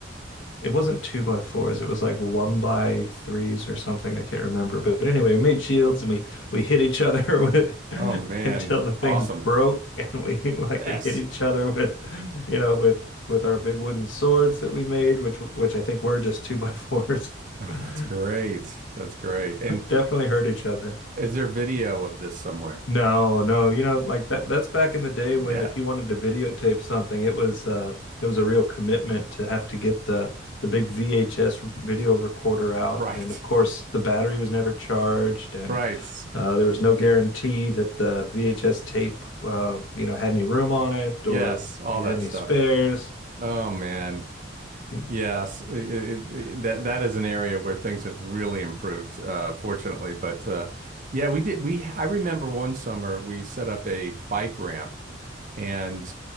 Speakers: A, on the left; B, on the right.
A: it wasn't two by fours, it was like one by threes or something. I can't remember. But, but anyway, we made shields and we we hit each other with <laughs>
B: Oh man.
A: until the things
B: Awesome.
A: broke <laughs> and we like
B: Yes.
A: we hit each other with you know with with our big wooden swords that we made, which which I think were just two by fours.
B: Oh,
A: <laughs>
B: that's great. That's great. And
A: We definitely hurt each other.
B: is there video of this somewhere?
A: No, no, you know, like that that's back in the day when
B: Yeah.
A: if you wanted to videotape something, it was uh it was a real commitment to have to get the the big VHS video recorder out.
B: Right.
A: And of course, the battery was never charged and
B: Right.
A: uh, there was no guarantee that the VHS tape uh, you know, had any room on it
B: Yes.
A: or
B: All
A: you
B: that
A: had any
B: stuff.
A: spares.
B: Oh man.
A: You know,
B: Yes, i- i- i- that that is an area where things have really improved, uh, fortunately. But uh, yeah, we did. We I remember one summer we set up a bike ramp, and